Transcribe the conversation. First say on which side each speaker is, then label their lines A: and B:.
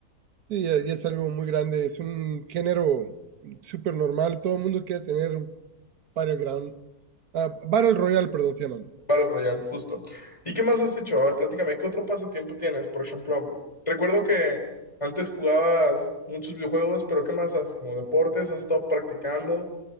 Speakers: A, on the right; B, on the left.
A: Sí, ya, ya es algo muy grande, es un género súper normal, todo el mundo quiere tener un Battleground. Ah, Battle Royale, perdón, se llaman.
B: Battle Royale, justo. ¿Y qué más has hecho? A ver, platícame, ¿qué otro pasatiempo tienes? Por ejemplo, recuerdo que antes jugabas muchos videojuegos, pero ¿qué más haces? ¿Como deportes? ¿Has estado practicando?